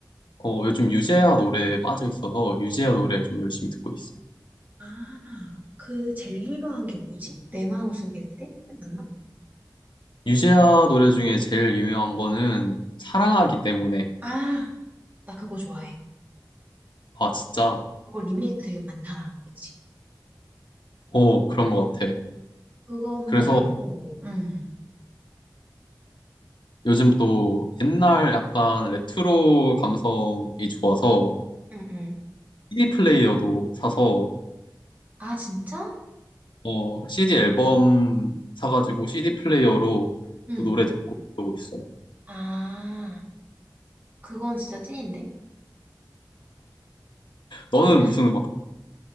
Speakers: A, on the left; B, on the right.
A: 어 요즘 유재하 노래에 빠져 있어서 유재하 노래 좀 열심히 듣고 있어.
B: 아, 그 제일 유명한 게 뭐지? 내 마음속에 그대? 맞나?
A: 유재하 노래 중에 제일 유명한 거는 사랑하기 때문에
B: 아, 나 그거 좋아해.
A: 아 진짜
B: 그거 리메이크 되게 많잖아. 그치?
A: 어 그런 것 같아.
B: 그것만
A: 그래서
B: 알고. 응
A: 요즘 또 옛날 약간 레트로 감성이 좋아서
B: 응, 응.
A: CD 플레이어도 사서
B: 아, 진짜?
A: 어, CD 앨범 사가지고 CD 플레이어로
B: 응
A: 또 노래 듣고 그러고 있어.
B: 아, 그건 진짜 찐인데?
A: 너는
B: 나는,
A: 무슨 음악?